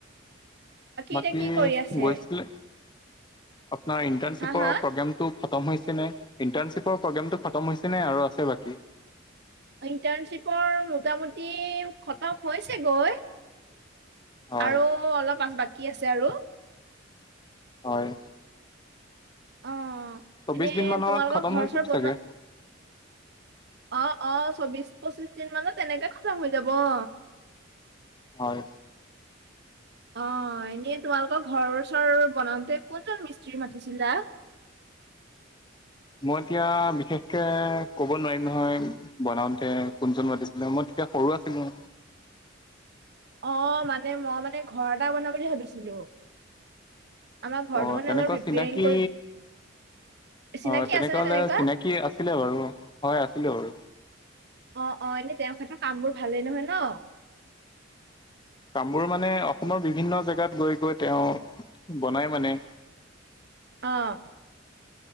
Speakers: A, on the left (about 25°); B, on the right (about 60°).
A: বাকী
B: এতিয়া কি কৰি আছে?
A: গৈছিলে, আপোনাৰ ইণ্টাৰ্ণশ্বিপৰ
B: হা হা
A: প্ৰগ্ৰেম টো খতম হৈছে নে? ইণ্টাৰ্ণশ্বিপৰ প্ৰগ্ৰেমটো খতম হৈছে নে আৰু আছে বাকী?
B: ইণ্টাৰ্ণশ্বিপৰ মোটামুটি খতম হৈছে গৈ
A: হয়
B: আৰু মোৰ অলপ আছে বাকী আছে আৰু
A: হয়।
B: অ,
A: চৌবিশ
B: এনেই
A: দিন মানত
B: তোমালোকৰ
A: খতম
B: ঘৰ
A: হৈ যাব
B: চৰ
A: চাগে
B: বনোৱা অ অ, চৌবিশ- পঁচিশ দিন মানত তেনেকে খতম হৈ যাব অ।
A: হয়।
B: অঁ এনেই তোমালোকৰ ঘৰৰ চৰ বনাওঁতে কোনজন মিস্ত্ৰী মাতিছিলা?
A: মই এতিয়া বিশেষকে ক'ব নোৱাৰিম নহয় বনাওঁতে কোনজন মাতিছিলে মই তেতিয়া সৰু আছিলো
B: অঁ মানে মই মানে ঘৰ এটা বনাম বুলি ভাবিছিলোঁ। আমাৰ ঘৰটো
A: অ
B: মানে
A: তেনেকুৱা
B: অলপ ৰিপেয়াৰিং
A: চিনাকি
B: কৰিম, চিনাকি
A: অ
B: আছে নে
A: হলে
B: তেনেকুৱা?
A: চিনাকি আছিলে বাৰু, হয় আছিলে বাৰু।
B: অ, অ, এনেই তেওঁৰ ক্ষেত্ৰত কামবোৰ ভালেই নহয় ন?
A: কামবোৰ মানে অসমৰ বিভিন্ন জেগাত গৈ গৈ তেওঁ বনায় মানে।
B: অঁ।